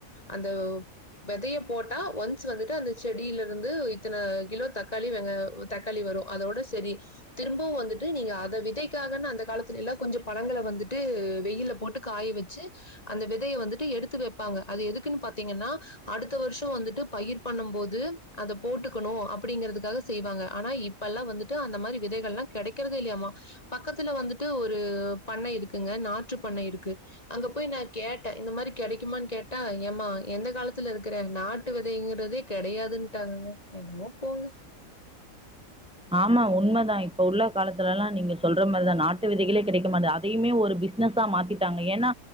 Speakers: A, on the left; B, in the centre.
A: அந்த வெதைய போட்டா ஒன்ஸ் வந்துட்டு அந்த செடியில இருந்து இத்தன கிலோ தக்காளி வெங்க தக்காளி வரும் அதோட சரி திரும்பவும் வந்துட்டு நீங்க அத விதைக்காகன்ன அந்த காலத்துல எல்லாம் கொஞ்சம் பழங்களை வந்துட்டு வெயில போட்டு காய வச்சு அந்த விதைய வந்துட்டு எடுத்து வைப்பாங்க அது எதுக்குன்னு பாத்தீங்கன்னா அடுத்த வருஷம் வந்துட்டு பயிர் பண்ணும் போது அதை போட்டுக்கணும் அப்படிங்கிறதுக்காக செய்வாங்க ஆனா இப்பெல்லாம் வந்துட்டு அந்த மாரி விதைகள்ல்லாம் கிடைக்கறதே இல்லையாமா பக்கத்துல வந்துட்டு ஒரு பண்ணை இருக்குங்க நாற்று பண்ணை இருக்கு அங்க போய் ந கேட்டேன் இந்த மாரி கிடைக்குமான்னு கேட்டா ஏமா எந்த காலத்துல இருக்கிறேன் நாட்டு விதைங்கிறதே கிடையாதுட்டாங்கங்க என்னமோ போங்க
B: ஆமா உண்மதான் இப்ப உள்ள காலத்துல எல்லாம் நீங்க சொல்ற மாரிதான் நாட்டு விதைகளே கிடைக்க மாட்டிது அதையுமே ஒரு பிசினஸா மாத்திட்டாங்க ஏன்னா